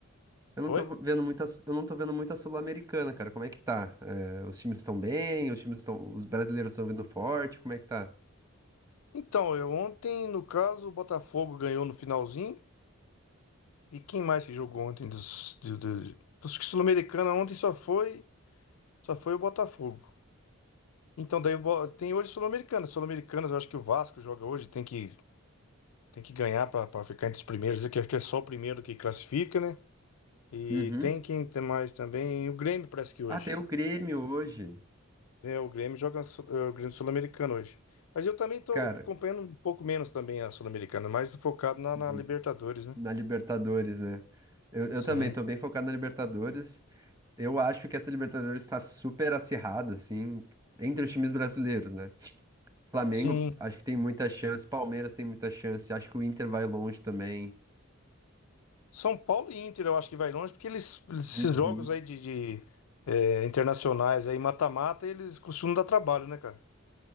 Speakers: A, on the right; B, on the left.
A: Eu não
B: Oi?
A: tô vendo muito a, eu não tô vendo muito a Sul-Americana, cara. Como é que tá? É, os times estão bem? Os times estão, os brasileiros estão vindo forte? Como é que tá?
B: Então, eu ontem, no caso, o Botafogo ganhou no finalzinho. E quem mais que jogou ontem dos, do- do- dos que Sul-Americana ontem só foi, só foi o Botafogo. Então, daí o Bo- tem hoje Sul-Americana. Sul-Americanas, eu acho que o Vasco joga hoje, tem que, tem que ganhar para ficar entre os primeiros, que acho que é só o primeiro que classifica, né? E
A: Uhum.
B: tem quem tem mais também. O Grêmio parece que hoje.
A: Ah, tem o Grêmio hoje,
B: né o Grêmio joga Su- eh, o Grêmio Sul-Americano hoje. Mas eu também tô
A: cara.
B: acompanhando um pouco menos também a Sul-Americana, mais focado na,
A: Uhum.
B: na Libertadores, né?
A: Na Libertadores, né? Eu, eu
B: Sim.
A: também tô bem focado na Libertadores. Eu acho que essa Libertadores está super acirrada, assim, entre os times brasileiros, né? Flamengo,
B: Sim.
A: acho que tem muita chance, Palmeiras tem muita chance, acho que o Inter vai longe também.
B: São Paulo e Inter eu acho que vai longe, porque eles, esses
A: Uhum.
B: jogos aí de, de, eh, internacionais aí, mata-mata, eles costumam dar trabalho, né, cara?